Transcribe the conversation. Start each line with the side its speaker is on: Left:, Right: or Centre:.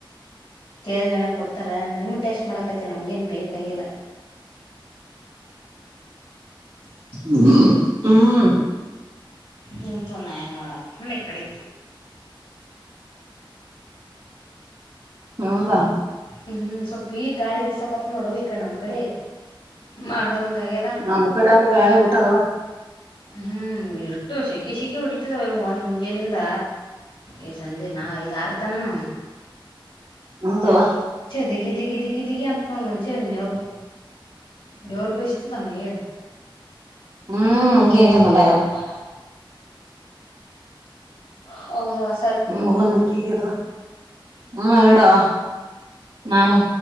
Left: ಕೇಳ್ಗಣ ಕೊಡ್ತಾರ ನಿಮ ಟೇಸ್ಟ್ ಮಾಡಕ ಮತ್ತು ನಮಗೇನು ಬೇಕಾಗಿಲ್ಲ
Right: ಹ್ಮ
Left: ನಿಂಪುನ್ನಾಯನ್ನಮಡ ಇಕ್ಕಡೆ
Right: ಹೌದಾ
Left: ಹ್ಮ್ ಸ್ವಲ್ಪ ಈಗ ಗಾಳಿ ಬಿಸಾಕತ್ತ ನೋಡೋಕ ನಮ್ಮ್ ಕಡೆ ಮಾಡದ ಗದ
Right: ನಮ್ ಕಡೆನು ಗಾಳಿ ಬಿಟ್ಟದವ
Left: ಹ್ಮ್ ಎಷ್ಟು ಸೆಕಿ ಶೆಕಿ ಹೊಡಿತಿದಾವವು ಒಂದ್ ಮುಂಜೇಲಿಂದ ಈ ಸಂಜೆ ನಾ ಇ ಆಾರ ತನನು
Right: ಅೌದುುವ
Left: ದಗಿ ದಗಿ ದಗಿ ದಗಿ ಅ ನ ಮಸೆ ಅನ್ನವು ಬರು ಬಸ್ತ ತಮ್ಮಯ್ಯ
Right: ಹ್ಮ್
Left: ಹ್ಮ್ಗಗ
Right: ಹಂಗೆ ಆಗ್ಯ ನೋಡಯವ
Left: ಬರೋ ಹೌದಸ್
Right: ಹ ಹೋಗ ನಂಗೆ ಹೇಗ ಹಾ ಹೇಳಡವ ನಾನು